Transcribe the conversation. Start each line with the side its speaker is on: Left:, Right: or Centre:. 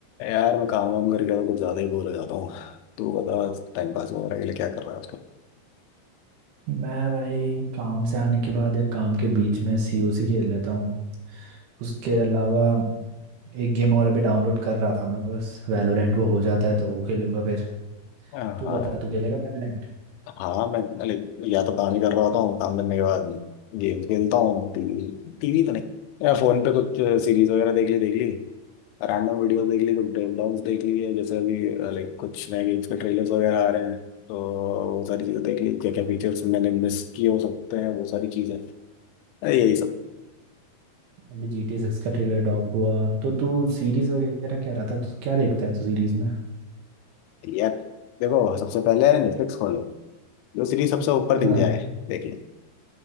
Left: यार मैं काम वाम करके तो कुछ ज्यादा ही बोर हो जाता हूँ तू बता टाइम पास वगैरह के लिए क्या कर रहा है आजकल
Right: मैं भाई काम से आने के बाद या काम के बीच में सीओसी खेल लेता हूँ उसके अलावा एक गेम और अभी डाउनलोड कर रहा था मैं बस वैलोरेंट वो हो जाता है तो वो खेलूंगा फिर
Left: हाँ
Right: तू बता तू खेलेगा वैलोरेंट
Left: हाँ मैं लाइक या तो काम ही कर रहा होता हूँ काम करने के बाद गेम खेलता हूँ टीवी टीवी तो नहीं या फोन पे कुछ सीरीज वगैरह देख ली देख ली रैंडम वीडियोस देख ली कुछ ब्रेकडाउंस देख लिए जैसे अभी लाइक कुछ नए गेम्स के ट्रेलर्स वगैरह आ रहे हैं तो वो सारी चीजें देख ली क्या क्या फीचर्स मैंने मिस किए हो सकते हैं वो सारी चीजें यही सब
Right: अभी जी टी सिक्स का ट्रेलर ड्रॉप हुआ तो तू सीरीज वगैरह कह रहा था तो क्या देखता है तू सीरीज में
Left: यार देखो सबसे पहले नेटफ्लिक्स खोलो जो सीरीज सबसे ऊपर दिख
Right: हाँ
Left: जाए देख लो